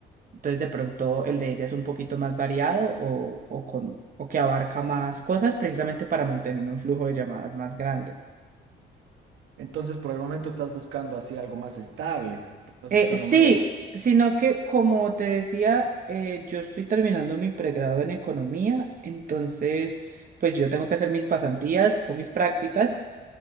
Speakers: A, on the right; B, on the right.
A: Entonces de pronto el de ella es un poquito más variado o, o, con, o que abarca más cosas precisamente para mantener un flujo de llamadas más grande.
B: Entonces, por el momento estás buscando así algo más estable, estás
A: Eh,
B: buscando
A: sí,
B: nuevo.
A: sino que como te decía, eh, yo estoy terminando mi pregrado en economía, entonces pues yo tengo que hacer mis pasantías o mis prácticas